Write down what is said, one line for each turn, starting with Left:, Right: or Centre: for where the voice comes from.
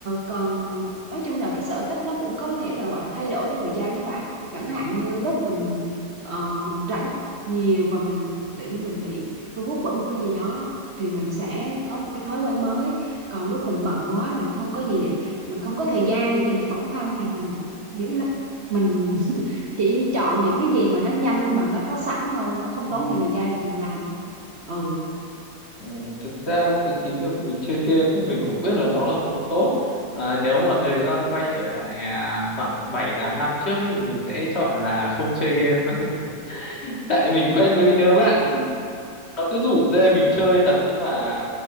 Right: còn ờ, nói chung là cái sở thích nó cũng có thể là gọi là thay đổi theo thời gian đó bạn chẳng
Left: ừ,
Right: hạn như lúc mình ờ, mình rảnh nhiều và mình tự nhiên mình bị thu hút bởi một cái gì đó thì mình sẽ có một cái thói quen mới còn lúc mình bận quá mình không có gì để mình không có thời gian để dành cho bản thân thì mình lại nghĩ là mình chỉ chọn những cái gì mà nó nhanh và nó có sẵn thôi nó không
Left: ừ.
Right: tốn nhiều thời gian để mình làm ừ
Left: ừ. thực ra cái cái việc mình chơi game ấy, mình cũng biết là nó là không tốt à, nếu mà thời gian quay trở lại à, khoảng bảy tám năm trước ấy thì mình sẽ chọn là không chơi game <laughs> tại mình quen với cái đứa bạn nó cứ rủ dê mình chơi thật chứ mà